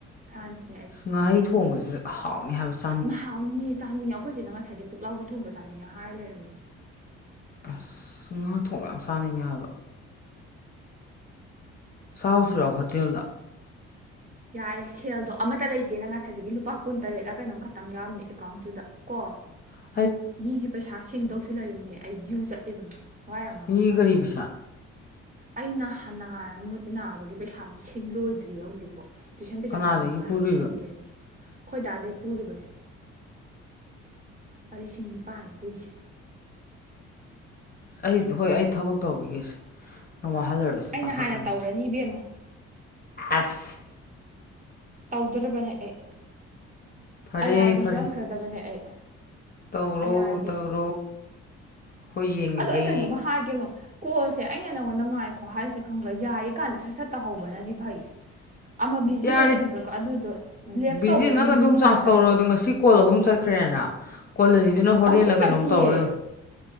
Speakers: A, on the right (about 25°); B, on the left (about 30°).
A: ꯐ꯭ꯔꯥꯟꯁ
B: ꯉꯥꯍꯩ ꯊꯣꯡꯕꯁꯤ ꯍꯥꯎꯅꯤ ꯍꯥꯏꯕꯕꯁꯤꯦ
A: ꯃꯍ ꯍꯥꯎꯅꯤꯌꯦ ꯆꯥꯅꯤꯡꯉꯦ ꯑꯩꯈꯣꯏꯁꯤꯅ ꯉꯁꯥꯏꯗꯤ ꯄꯨꯛꯂꯥꯎꯕꯤ ꯊꯣꯡꯕ ꯆꯥꯅꯤꯡꯉꯦ ꯍꯥꯏꯔ ꯂꯩꯔꯝꯃꯦ
B: ꯑꯁ ꯉꯥꯊꯣꯡ ꯌꯥꯝ ꯆꯥꯅꯉꯥꯏ ꯍꯥꯏꯕ ꯆꯥꯎ ꯁꯨꯔꯥ ꯍꯣꯇꯦꯜꯗ
A: ꯌꯥꯔꯦ ꯁꯦꯜꯗꯣ ꯑꯃꯠꯇ ꯂꯩꯇꯦꯅ ꯉꯁꯥꯏꯗꯒꯤ ꯂꯨꯄꯥ ꯀꯨꯟ ꯇꯔꯦꯠꯂ ꯀꯩꯅꯣꯝ ꯈꯛꯇꯪ ꯌꯥꯎꯔꯅꯤ ꯑꯦꯀꯥꯎꯟꯇꯨꯗ ꯀꯣ
B: <unintelligible>
A: ꯃꯤꯒꯤ ꯄꯩꯁꯥ ꯁꯤꯡꯗꯧꯁꯨ ꯂꯩꯝꯅꯦ ꯑꯩ ꯗ꯭ꯌꯨ ꯆꯠꯂꯤꯕꯅꯦ ꯋꯥꯏꯔ ꯉꯥꯡꯉ
B: ꯃꯤꯒꯤ
A: ꯀꯅꯣ
B: ꯒꯥꯔꯤ ꯄꯩꯁꯥ
A: ꯑꯩꯅ ꯍꯅꯥ ꯃꯨꯠ ꯅꯥꯕꯒꯤ ꯄꯩꯁꯥꯁꯨ ꯁꯤꯡꯡꯂꯣꯏꯗ꯭ꯔꯤ ꯍꯧꯖꯤꯛꯐꯥꯎ ꯇꯨꯏꯁꯟ ꯄꯩꯁꯥ
B: ꯀꯅꯥꯗꯒꯤ
A: ꯐꯪꯕ ꯉꯥꯏꯅꯤ
B: ꯄꯨꯔꯨꯏꯕ
A: ꯁꯤꯡꯒꯦꯅ ꯈꯣꯏꯗꯥ ꯑꯗꯩ ꯄꯨꯔꯤꯕꯅꯤ ꯂꯤꯁꯤꯡ ꯅꯤꯄꯥꯜꯅꯤ ꯄꯨꯏꯁꯦ
B: ꯑꯁ ꯑꯩ ꯍꯣꯏ ꯑꯩ ꯊꯕꯛ ꯇꯧꯈꯤꯒꯦꯁꯦ ꯅꯪ ꯋꯥꯍꯜꯂꯔꯁꯦ
A: ꯑꯩꯅ
B: ꯄꯥꯈꯠꯀꯟꯁꯦ
A: ꯍꯥꯟꯅ ꯇꯧꯔꯅꯤ ꯏꯕꯦꯝꯃ
B: ꯑꯁ
A: ꯇꯧꯗ꯭ꯔꯕꯅꯦ ꯑꯩ
B: ꯐꯔꯦ
A: ꯑꯥꯏ ꯑꯥꯔ ꯕꯤ
B: ꯐꯔꯦ
A: ꯆꯪꯈ꯭ꯔꯗꯕꯅꯦ ꯑꯩ
B: ꯇꯧꯔꯣ
A: ꯑꯥꯏ ꯑꯥꯔ ꯕꯤ
B: ꯇꯧꯔꯣ ꯑꯩꯈꯣꯏ ꯌꯦꯡꯉꯒꯦ
A: ꯑꯗꯣ ꯑꯩ ꯀꯩꯅꯣꯝꯃ ꯍꯥꯏꯒꯦꯉꯣ ꯀꯣꯜꯁꯦ ꯑꯩꯅ ꯅꯪꯉꯣꯟꯗ ꯉꯥꯏꯈꯣ ꯍꯥꯏꯁꯦ ꯈꯪꯕ꯭ꯔꯥ ꯌꯥꯔꯤ ꯀꯥꯟꯗ ꯁꯠ ꯁꯠ ꯇꯥꯍꯧꯕꯅꯗꯤ ꯐꯩ ꯑꯃ ꯕꯤꯖꯤ
B: ꯌꯥꯔꯦ
A: ꯂꯩꯁꯟꯈ꯭ꯔꯀꯣ ꯑꯗꯨꯗꯣ ꯂꯦꯐ
B: ꯕꯤꯖꯤ
A: ꯇꯧꯕꯗꯣ
B: ꯅꯪ
A: ꯅꯨꯡꯗꯤ
B: ꯑꯗꯨꯝ
A: ꯅꯨꯡꯉꯥꯏꯇꯕꯅꯦꯕ
B: ꯆꯥꯔꯖ ꯇꯧꯔꯣ ꯑꯗꯣ ꯉꯁꯤ ꯀꯣꯜ ꯑꯍꯨꯝ ꯆꯠꯈ꯭ꯔꯦꯅ ꯀꯣꯜꯂꯅꯤꯗꯨꯅ ꯍꯣꯔꯦꯟꯟꯅ
A: ꯑꯍꯨꯝ
B: ꯀꯩꯅꯣꯝ
A: ꯅꯠꯇꯤꯌꯦ
B: ꯇꯧꯔ ꯂꯣꯏꯔ